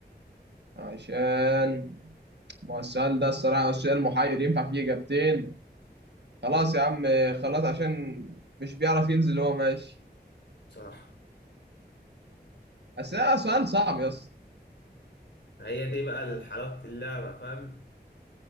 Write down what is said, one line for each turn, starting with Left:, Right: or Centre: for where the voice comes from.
Right: عشان ما هو السؤال ده الصراحه السؤال محير ينفع فيه اجابتين خلاص يا عم خلاص عشان مش بيعرف ينزل هو ماشي
Left: صح
Right: بس ده سؤال صعب يا اسطى
Left: هي دي بقى حلاوة اللعبة فاهم